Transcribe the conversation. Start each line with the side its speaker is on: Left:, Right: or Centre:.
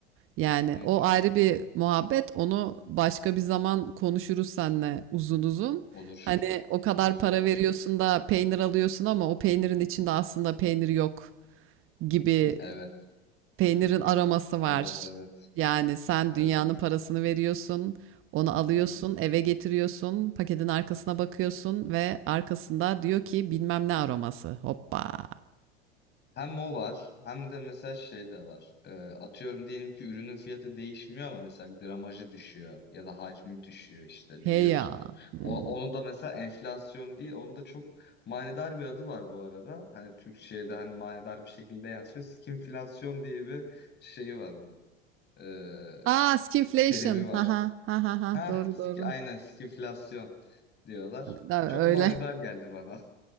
Right: Yani
Left: Hı hı.
Right: o ayrı bir muhabbet. Onu başka bir zaman konuşuruz seninle uzun uzun.
Left: Olur.
Right: Hani o kadar
Left: Olur
Right: para
Left: olur.
Right: veriyorsun da peynir alıyorsun ama o peynirin içinde aslında peynir yok gibi
Left: <laughs> Evet.
Right: peynirin aroması var.
Left: Evet evet.
Right: Yani sen
Left: Evet.
Right: dünyanın parasını veriyorsun, onu alıyorsun,
Left: Hı hı.
Right: eve getiriyorsun, paketin arkasına bakıyorsun ve arkasında diyor ki bilmem ne aroması. Hoppa.
Left: Hem o var hem de mesela şey de var. Ee, atıyorum diyelim ki ürünün fiyatı değişmiyor ama mesela gramajı düşüyor ya da hacmi düşüyor işte
Right: Hey
Left: biliyorsun
Right: ya.
Left: da.
Right: Hmm.
Left: O, onu da mesela enflasyon değil onun da çok manidar bir adı var bu arada. Hani Türkçe'ye de hani manidar bir şekilde yansıyor. Skinflasyon diye bir şeyi var bunun. Ee,
Right: Aa, skinflation.
Left: terimi var.
Right: Ha ha ha ha ha.
Left: Ha,
Right: Doğru doğru.
Left: aynen skinflasyon diyorlar.
Right: Tabii,
Left: Çok
Right: öyle.
Left: manidar geldi bana. <laughs>